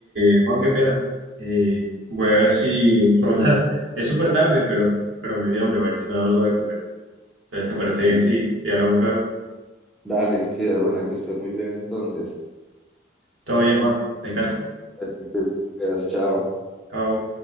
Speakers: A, on the right; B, in the centre.
A: eh, Juan, qué pena. Eh, voy a ver si <laughs> son Es súper tarde, pero, pero me dio hambre, a ver si me hago algo de comer. Entonces,
B: Uy,
A: ¿te parece
B: sí.
A: bien si, si hablamos luego?
B: Dale, sí, de una, que estés muy bien entonces.
A: Todo bien, Juan. Descansa.
B: Te cuidas, chao.
A: Chao.